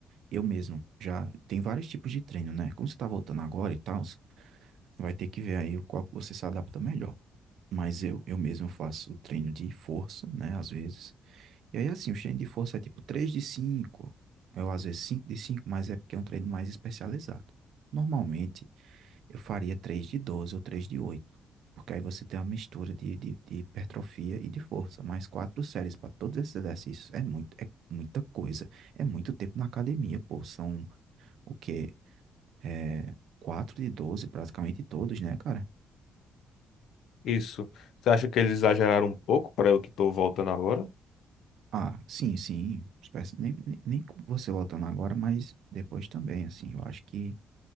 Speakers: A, on the right; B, on the left.
A: eu mesmo já tem vários tipos de treino, né? Como você tá voltando agora e tal, vai ter que ver aí qual que você se adapta melhor. Mas eu, eu mesmo faço treino de força, né? Às vezes. E aí, assim, o treino de força é tipo três de cinco Eu, às vezes, cinco de cinco mas é porque é um treino mais especializado. Normalmente, eu faria 3 de 12 ou três de oito Porque aí você tem uma mistura de, de, de hipertrofia e de força. Mais quatro séries para todos esses exercícios. É muito, é muita coisa. É muito tempo na academia, pô. São o quê? É, 4 de 12 praticamente todos, né, cara?
B: Isso. Você acha que eles exageraram um pouco para eu que tô voltando agora?
A: Ah, sim, sim. Espécie- Nem, nem, nem com você voltando agora, mas depois também, assim, eu acho que